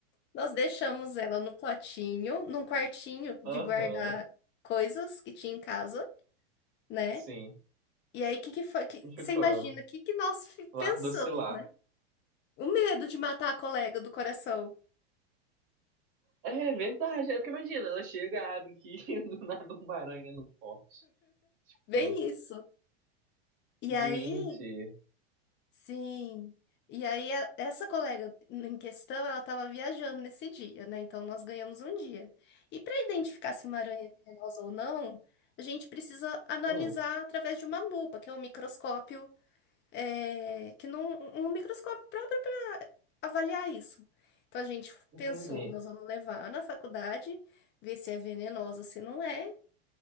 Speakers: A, on the left; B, on the right.
A: nós deixamos ela no potinho, num quartinho
B: Aham,
A: de guardar coisas que tinha em casa, né?
B: sim.
A: E aí, o que que foi? que- você
B: Ficou.
A: imagina o que que nós fi- pensamos?
B: Lar docilar.
A: O medo de matar a colega do coração.
B: É verdade. É porque imagina, ela chega, abre aqui <laughs> do nada uma aranha no pote. Tipo,
A: Bem isso. E
B: gente.
A: aí, sim. E aí, a- essa colega em questão, ela estava viajando nesse dia, né? Então, nós ganhamos um dia. E para identificar se uma aranha é venenosa ou não, a gente precisa analisar
B: Hum,
A: através de uma lupa, que é um microscópio, é, que não, um microscópio próprio para avaliar isso. Então, a gente
B: entendi.
A: pensou, nós vamos levar na faculdade, ver se é venenosa, se não é.